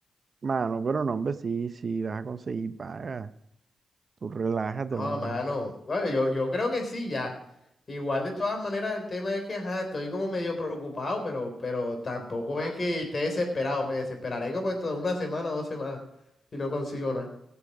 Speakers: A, on the right; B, on the left.
A: Mano, pero no, hombre, sí, sí, vas a conseguir paga. Tú relájate,
B: Ah,
A: mano.
B: mano. Bueno, yo, yo creo que sí, ya. Igual de todas maneras el tema es que, ajá, estoy como medio preocupado, pero, pero tampoco es que esté desesperado. Me desesperaré como en toda una semana o dos semanas si no consigo nada.